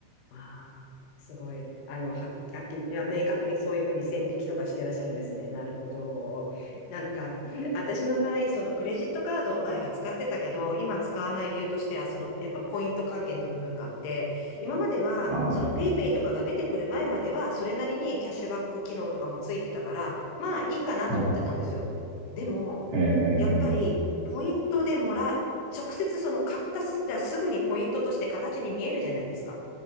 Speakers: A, on the left; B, on the right.
A: ああ、すごい。あの、ははっきり、いや、明確にそういうふうに線引きとかしてらっしゃるんですね。なるほど。なんか、<laughs> 私の場合、そのクレジットカードを前は使ってたけど、今使わない理由としては、その、やっぱポイント還元の部分があって、今までは、
B: ああは
A: そのペイペイとかが出てくる前までは、それなりにキャッシュバック機能とかもついてたから、まあいいかなと思ってたんですよ。
B: い。
A: でも、
B: えー
A: やっぱり、ポイントでもら、直接その買ったす、だからすぐにポイントとして形に見えるじゃないですか。